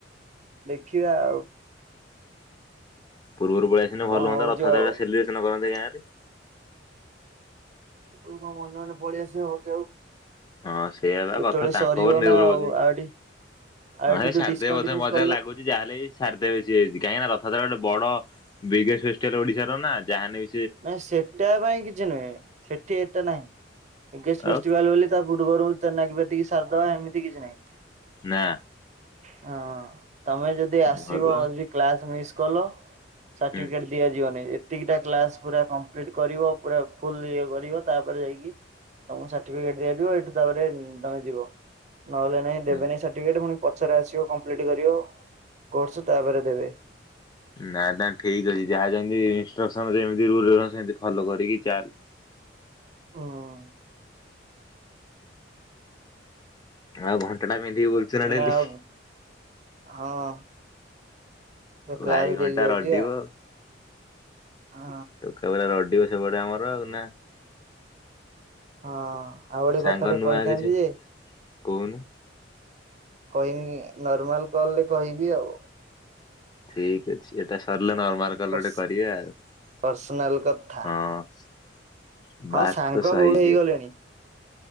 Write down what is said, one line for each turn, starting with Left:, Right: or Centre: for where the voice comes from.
Right: ଦେଖିବା ଆଉ
Left: ପୂର୍ବରୁ ପଳେଇଆସିଲେ
Right: କଣ
Left: ଭଲହୁଅନ୍ତା
Right: ହଉଛି
Left: ରଥଯାତ୍ରା
Right: ଆଉ।
Left: ଟା ସେଲିବ୍ରେସନ କରନ୍ତେ ଗାଁରେ।
Right: ତୁ କ ମନେ ମନେ ପଳେଇ ଆସି ହବ କି ଆଉ
Left: ହଁ ସେଇଆ ପା
Right: ଯେତେବେଳେ
Left: କଥା ତାଙ୍କ
Right: ସରିବ
Left: ଉପରେ ନିର୍ଭର
Right: ନା ଆଉ
Left: କରୁଛି।
Right: ଆଉ ଏଠି ଆଉ
Left: ହଁ
Right: ଏଠି
Left: ଏ
Right: ତୁ
Left: ସାରଦେବେ
Right: ଡିସକଣ୍ଟିନ୍ୟୁସ୍
Left: ବୋଧେ ମତେ
Right: କଲୁ
Left: ଜାହା ଲାଗୁଛି। ଯାହା ହେଲେ ବି ସାରି ଦେବେ ସିଏ ବି କାହିଁକିନା ରଥ ଯାତ୍ରା ଗୋଟେ ବଡ ବିଗେଷ୍ଟ୍ ଫେଷ୍ଟିଭାଲ ଓଡିଶାର ନା ଯାହା ହେନେବି
Right: ନାଇଁ ସେଟା ପାଇଁ କିଛି ନୁହେଁ ସେଠି ଏଟା ନାହିଁ ବିଗେଷ୍ଟ
Left: ଆଉ
Right: ଫେଷ୍ଟିଭାଲ ବୋଲି ତା ବୁର୍ବରୁ ତ୍ ନାଗିପାତିକି ସାରିଦବା ଏମିତି କିଛି ନହିଁ।
Left: ନା।
Right: ହଁ ତମେ ଯଦି ଆସିବ
Left: ଭଲ
Right: ଯଦି କ୍ଲାସ ମିସ୍ କଲ। ସାର୍ଟିଫିକେଟ
Left: ହୁଁ
Right: ଦିଆଯିବନି ଏତିକିଟା କ୍ଲାସ ପୁରା କମ୍ପ୍ଲିଟ କରିବ ପୁରା ଫୁଲ ଇଏ କରିବ ତାପରେ ଯାଇକି ତମ ସାଟି ସାର୍ଟିଫିକେଟ ଦିଆଯିବ ଏଠୁ ତାପରେ ତମେ ଯିବ ନହେଲେ ନାଇଁ
Left: ହୁଁ।
Right: ଦେବେନି ସାର୍ଟି ଫିକେଟ ଫୁଣି ପଛରେ ଆସିବ କମ୍ପ୍ଲିଟ କରିବ କୋର୍ସ ତାପରେ ଦେବେ।
Left: ନା ନା ଠିକ ଅଛି ଯାହାଯେମିତି ଇନଷ୍ଟ୍ରକ୍ସନ ଯେମତି ରୁଲ ରେଗୁଲେସନ୍ ସେମିତି ଫଲୋ କରିକି ଚାଲ
Right: ହଁ।
Left: ଆଉ ଘଣ୍ଟା ଟା ପନ୍ଧିକି ବଲୁଛୁ ନା
Right: ଏଇନା
Left: ଡେଲି
Right: ଆଉ ହଁ। କ୍ଲାସ
Left: ଭାଇ ଘଣ୍ଟା
Right: ଡେଲି ଯାଉଛି
Left: ରଡିବ।
Right: ଆ ହଁ
Left: ଟୋକା ପୁରା ରଡିବ ସେପଟେ ଆମର ଆଉ ନା।
Right: ହଁ ଆଉ ଗୋଟେ
Left: ସାଙ୍ଗ
Right: କଥା ଟେ
Left: ନୂଆ
Right: କହିଥାନ୍ତି
Left: କିଛି
Right: ଯେ
Left: କହୁନୁ।
Right: କହିମିନି ନର୍ମାଲ କଲରେ କହିବି ଆଉ।
Left: ଠିକ ଅଛି ଏଟା ସରିଲେ ନର୍ମାଲ କୋଉଦିନ
Right: ପର୍ସ
Left: ଗୋଟେ କରିବା ଆଉ
Right: ପର୍ସନାଲ କଥା
Left: ହଁ।
Right: ହଁ
Left: ବାତ
Right: ସାଙ୍ଗ
Left: ତୋ ସହି
Right: ବହୁତ ହେଇଗଲେଣି।
Left: ହେ।